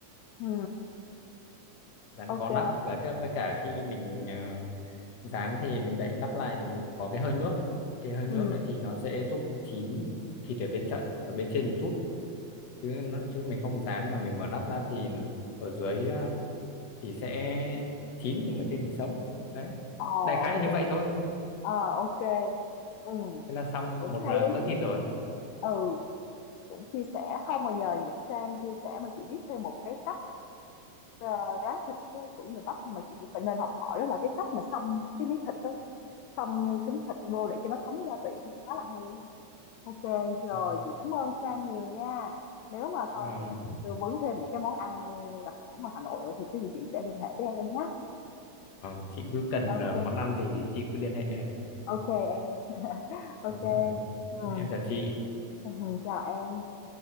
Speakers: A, on the left; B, on the left.
A: Ừ,
B: rán
A: OK.
B: có nắp và cái với cả khi mình à, rán thì mình đậy nắp lại thì mình có cái hơi nước cái hơi nước
A: Ừ.
B: đấy thì nó sẽ giúp chín thịt ở bên trên ở bên trên một chút chứ nó, chứ mình không rán mà mình mở nắp ra thì ở dưới à, thì sẽ chín nhưng mà trên thì sống đấy
A: Ờ,
B: đại khái
A: OK,
B: là như vậy thôi
A: ờ, OK. Ừ.
B: thế là xong
A: cũng
B: một à,
A: hay đấy
B: bữa
A: chứ.
B: thịt rồi
A: Ừ, cũng chia sẻ không mà nhờ Nhật Sang chia sẻ mà chị biết thêm một cái cách ờ, rán thịt á, của người Bắc mà chị cũng phải nên học hỏi đó là cái cách mà xông cái miếng thịt đó, xông cái miếng thịt vô để cho nó thấm gia vị, nó khá là hay. á. OK, rồi
B: ừ.
A: chị cảm ơn Sang nhiều nha. Nếu mà sau
B: vâng
A: này mà cần tư vấn thêm những cái món ăn đặc sản ngoài Hà Nội nữa thì cái gì chị sẽ liên hệ với em nhé.
B: Ờ, chị cứ cần
A: OK.
B: à, món ăn gì thì chị cứ liên hệ em ừ.
A: OK em. <laughs> OK.
B: Đó, ok.
A: Ừm,
B: em chào chị
A: ừm, chào em.